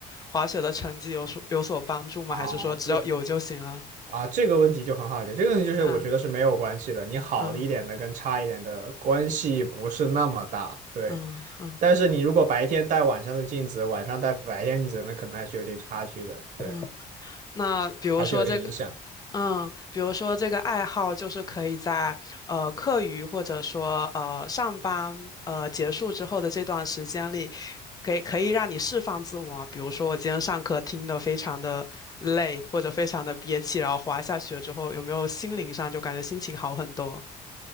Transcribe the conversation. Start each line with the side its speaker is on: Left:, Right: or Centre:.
Left: 滑雪的成绩有所有所帮助吗？
Right: 啊，
Left: 还是说只要有就行了？
Right: 这啊。这个问题就很好解，这个问题就是我觉得是没有关系的，
Left: 啊
Right: 你好的一点的跟差一点的关系不是那么大。
Left: 嗯
Right: 对，
Left: 嗯嗯
Right: 但是你如果白天戴晚上的镜子，晚上戴白天镜子，那可能还是有点差距的，对，
Left: 嗯，那比如说这个。
Right: 还是有点影响。
Left: 嗯，比如说这个爱好就是可以在呃课余或者说呃上班呃结束之后的这段时间里，可以可以让你释放自我啊。比如说我今天上课听的非常的累或者非常的憋气，然后滑一下雪之后，有没有心灵上就感觉心情好很多？